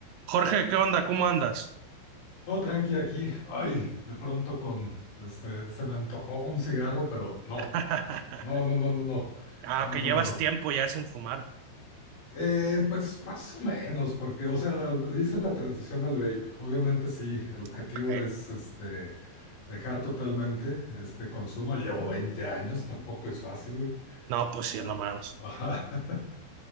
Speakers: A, on the right; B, on the left.
A: Jorge, ¿qué onda? ¿Cómo andas?
B: No, tranqui aquí. Ay, de pronto con, este, se me antojó un cigarro, pero no,
A: <laughs>
B: no, no, no, no, no.
A: Ah,
B: Ando,
A: que llevas tiempo ya sin fumar.
B: eh, pues más o menos, porque, o sea, hice la transición al vape. Obviamente sí, el objetivo
A: Ok.
B: es, este, dejar totalmente este consumo. Llevo 20 años, tampoco es fácil, güey.
A: No, pues sí,
B: Pero,
A: no mames. O
B: ajá. <laughs>